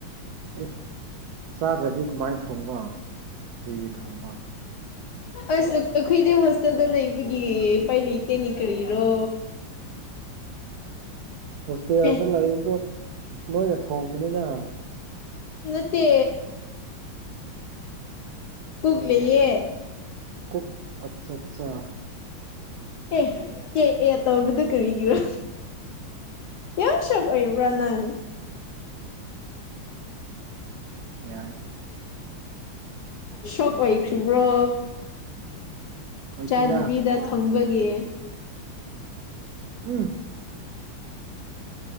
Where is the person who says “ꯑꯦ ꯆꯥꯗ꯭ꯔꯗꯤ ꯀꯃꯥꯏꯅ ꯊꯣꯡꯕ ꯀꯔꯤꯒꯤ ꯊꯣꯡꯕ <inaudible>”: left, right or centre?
Right